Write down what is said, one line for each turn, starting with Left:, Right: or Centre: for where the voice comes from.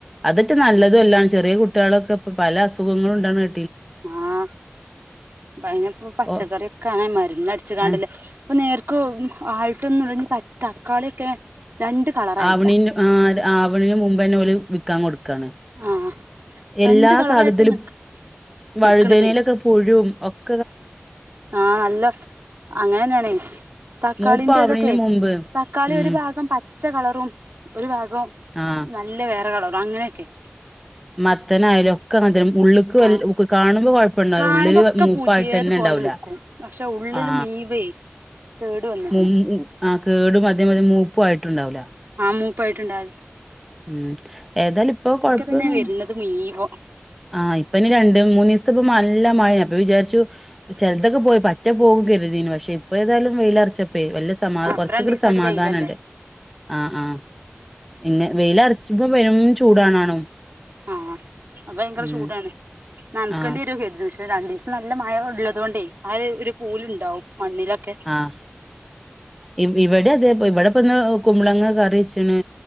Centre: അതിട്ട് ന നല്ലതുംഅല്ല ചെറിയ കുട്ടികളൊക്കെ ഇപ്പ പല അസുഖങ്ങളും ഉണ്ടന്ന് കേ
Right: ആ പ്പയ്നപ്പം പച്ചക്കറിയൊക്കെ
Centre: ഓ
Right: അങ്ങനെ മരന്ന് അടിച്ചുക്കാണ്ടല്ലേ
Centre: ആഹ്
Right: ഇപ്പൊ നേർ ക്കും ആയിട്ടൊന്നുല്ല തക്കാളിയൊക്കെ രണ്ട് കളറായിട്ടാ
Centre: ആവിണിന് ആ ആവണിന് മുമ്പെന്നോല് ക്കാൻ കൊടുക്കാണ്
Right: ആഹ്
Centre: എല്ലാ
Right: രണ്ട് കളറായിട്ടാ
Centre: സാധത്തിലും
Right: നി
Centre: വഴുതനയിലൊക്കെ
Right: നിക്കണതേ
Centre: പുഴും ഒക്ക്
Right: ആഹ് നല്ലൊ അങ്ങനെന്നെയണേ തക്കാളിന്റയ്തൊക്കെ
Centre: മൂപ്പാവണീന് മുമ്പ്
Right: തക്കാളി
Centre: ഉം
Right: ഒരു ഭാഗം പ പച്ച കളറും ഒരു ഭാഗ് ഇപ്പം
Centre: ആഹ്
Right: നല്ല വേറെ കളറ് പ്പൊ അങ്ങനെക്കെ
Centre: മത്തനായാലും ഒക്കെ അങ്ങനതന്നെ ഉള്ള്ക്ക് വൽ
Right: ആഹ്
Centre: ഉക് കാണുമ്പോ കൊഴ പ്പണ്ടാവൂല
Right: കാണുമ്പൊക്കെ
Centre: ഉള്ളില് മൂപ്പായിട്ടന്നെ
Right: പുതിയത് പോലെ
Centre: ണ്ടാവൂല
Right: നിക്കും പക്ഷെ ഉള്ളില്
Centre: ആ
Right: മുഴുവേ കേട് വന്ന്ക്ക്ണ്
Centre: മുൻ അ കേടും അതേമാതിരി മൂപ്പും ആയി ട്ടുണ്ടാവും ല്ല
Right: മൂപ്പായിട്ട്ണ്ടായത്
Centre: ഉം ഏതാലും ഇപ്പൊ അത് കൊഴപ്പന്ന്
Right: തന്നെ വരുന്നത് മുഴുവൻ
Centre: ആഹ് ഇപ്പനി രണ്ടും മൂന്നീസപ്പം നല്ല മയ അപ്പൊ വിചാരിച്ചു ചെലതൊക്കെ പോയി പറ്റെ പോകും കരുതീനി പക്ഷെ ഇപ്പ ഏതായും വെയിലറച്ച പ്പെ വെല്യസമാ
Right: ആഹ് ഇപ്പ
Centre: കോർചൊക്കൊരു
Right: രണ്ടീസായിട്ട്
Centre: സമാധാനണ്ട്
Right: വെയിലല്ലേ
Centre: ആഹ് ആഹ് എങ്ങ് വെയിലറുച്ചുമ്പം പെരും ചൂടാണാണും
Right: ആഹ് അപ്പ ഭയങ്കര
Centre: ഉം
Right: ചൂടാണ് നൻകെണ്ടേരോ
Centre: ആ
Right: കെര്തി പക്ഷേ രണ്ടീസം നല്ല മഴ ള്ളതോണ്ടേ ആഹ് ര് രു പൂവിലുണ്ടാവും മണ്ണിലൊക്കെ
Centre: ആഹ് ഉം ഇവിടെ അതെ പോ ഇവിടെപ്പന്ന് നോ--ക്ക് കുമ്പളങ്ങ കറിച്ച്ണ്